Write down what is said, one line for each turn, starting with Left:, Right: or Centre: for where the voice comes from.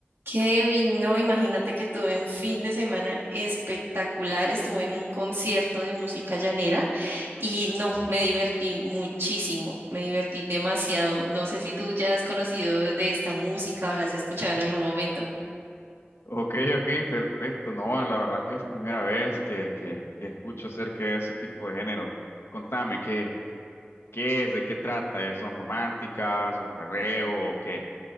Right: Kevin, no, imagínate que tuve un fin de semana espectacular, estuve en un concierto de música llanera y no, me divertí muchísimo, me divertí demasiado. No sé si tú ya has conocido de esta música o la has escuchado en algún momento.
Left: Ok, ok, perfecto. No, la verdad que es primera vez que, que, que escucho acerca de ese tipo de género. Contame, ¿qué, qué es? ¿De qué trata? ¿Eh? ¿Son románticas? ¿Son perreo? ¿O qué?